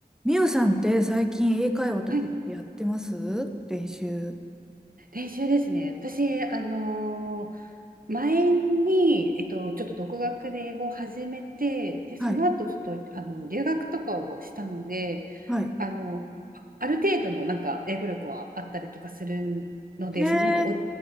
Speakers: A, in the centre; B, on the right.
A: みゆさんって最近英会話とかってやってます練習。
B: はい、練習ですね。私、あのー前に、えっと、ちょっと独学で英語を始めて、で、
A: はい。
B: その後ちょっと、あの、留学とかをしたので、
A: はい。
B: あの、ある程度のなんか英語力はあったりとかするので、
A: へえ。
B: そのなんかお、